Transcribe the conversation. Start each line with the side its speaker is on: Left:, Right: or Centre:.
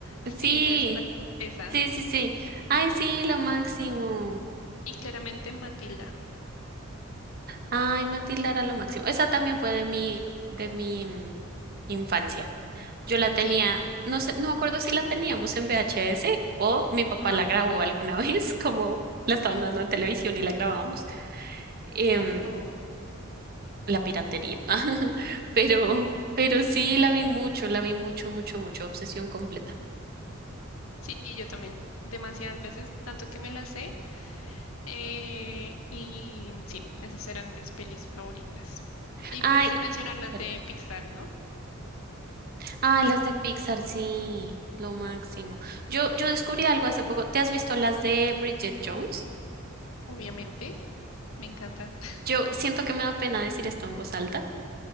Left: Sí,
Right: Sí,
Left: ¿sabes cuál? Esa.
Right: Sí, sí, sí. Ay, sí, lo máximo.
Left: Y claramente Matilda.
Right: Ay, Matilda era lo máximo. Esa también fue de mi, de mi mm, infancia. Yo la tenía,
Left: Sí,
Right: no sé, no me acuerdo si la teníamos en VHS o mi papá
Left: Ajá.
Right: la grabó alguna <laughs> vez, como la
Left: sí.
Right: estaban dando en televisión y la grabábamos. Em,
Left: Oh,
Right: la piratería. <laughs> Pero, pero sí, la vi mucho, la vi mucho, mucho, mucho. Obsesión completa.
Left: Sí, y yo también. Demasiadas veces, tanto que me las sé. eh, y sí, esas eran mis pelis favoritas. Y
Right: Ay,
Left: pues sin mencionar las
Right: perdón.
Left: de Pixar, ¿no?
Right: Ah, las de Pixar, sí, lo máximo. Yo, yo descubrí algo hace poco. ¿Te has visto las de Bridget Jones?
Left: Obviamente, me encantan. <laughs>
Right: Yo siento que me da pena decir esto en voz alta,